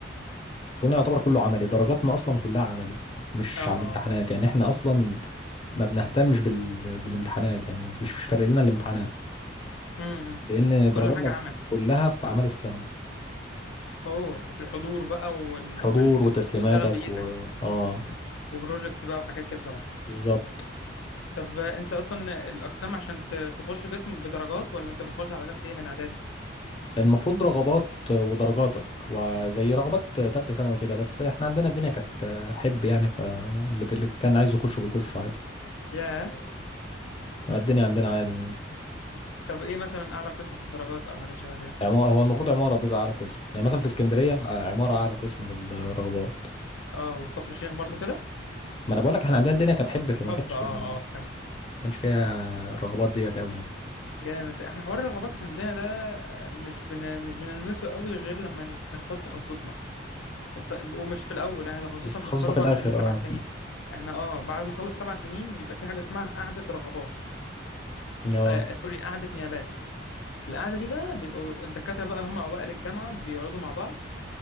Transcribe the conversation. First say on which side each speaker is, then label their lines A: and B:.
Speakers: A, on the left; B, on the left.
A: شغلنا يعتبر كله عملي درجاتنا اصلا كلها عملي مش
B: اه اه
A: على الامتحانات يعني احنا اصلا ما بنهتمش بال... بالامتحانات يعني ما فيش مش فارق لنا الامتحانات
B: امم
A: لان
B: كل
A: درجاتنا
B: حاجة عملي
A: كلها في اعمال السنه
B: اوه في الحضور بقى وال...
A: حضور
B: وال...
A: وتسليماتك
B: وتشتغل بايدك
A: و اه
B: وبروجكتس بقى وحاجات كده طبعا
A: بالظبط
B: طب انت اصلا الاقسام عشان ت- تخش قسم بدرجات ولا انت بتخش على اساس ايه من اعدادي
A: المفروض رغبات ودرجاتك وزي رغبات تالتة ثانوي كده بس احنا عندنا الدنيا كانت حب يعني فاللي اللي كان عايز يخشه بيخشه عادي
B: ياه
A: الدنيا عندنا عادي
B: طب ايه مثلا اعلى قسم في الدرجات او حاجات شبه كده
A: يعني هو المفروض عمارة بيبقى أعلى قسم يعني مثلا في اسكندرية عمارة أعلى قسم في الرغبات
B: اه وفي كفر الشيخ برضو كده
A: ما انا بقول لك احنا عندنا الدنيا كانت حب فما
B: بالحب
A: كانش
B: اه
A: في ما
B: اه فهمتك
A: كانش فيها الرغبات ديت قوي يعني
B: جامد احنا حوار الرغبات عندنا ده مش بن... مش بنلمسه قوي غير لما نختار تخصصنا الط- ومش في الاول احنا تخصصنا
A: بس التخصص
B: بنختاره
A: ده في
B: بعد
A: الاخر
B: السبع
A: اه
B: سنين احنا اه بعد ما نخلص سبع سنين بيبقى في حاجه اسمها قعده رغبات
A: اه
B: آه آه، سوري قعده نيابات القعده دي بقى بيبقوا الدكاتره بقى هم اوائل الجامعه بيقعدوا مع بعض